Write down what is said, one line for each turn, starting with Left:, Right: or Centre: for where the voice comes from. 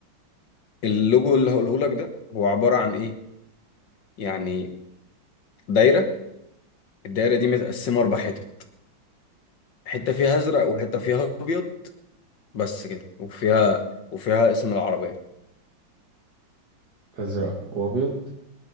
Left: اللوجو اللي هقوله لك ده هو عبارة عن ايه يعني دايرة الدايرة دي متقسمة اربع حتت حتة
Right: ماشي.
Left: فيها ازرق وحتة فيها ابيض بس كده وفيها وفيها اسم العربية
Right: ازرق وابيض